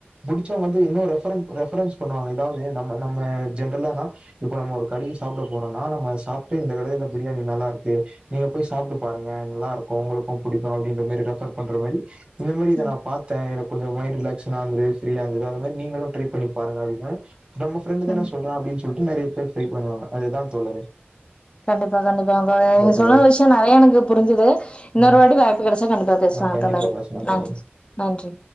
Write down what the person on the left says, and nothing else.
ம்
ம்
கண்டிப்பா கண்டிப்பா நீங்க
சொன்ன விஷியோ நெறைய எனக்கு புரிஞ்சுது இன்னொருவாட்டி
வாய்ப்பு கெடைச்சா கண்டிப்பா பேசுவங்க
தோழரே
நன்றி
நன்றி